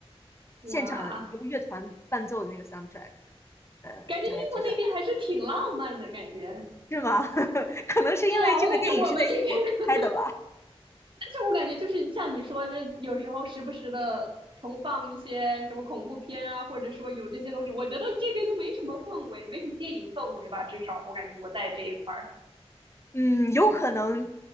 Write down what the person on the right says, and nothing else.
哇，
感觉英国那边还是挺浪漫的感觉。
是啊，我感觉我们这边的，<laughs> 但是我感觉就是像你说，这有时候时不时的重放一些什么恐怖片啊，或者说有这些东西，我觉得这边都没什么氛围，没什么电影氛围吧，至少我感觉我在这一块儿。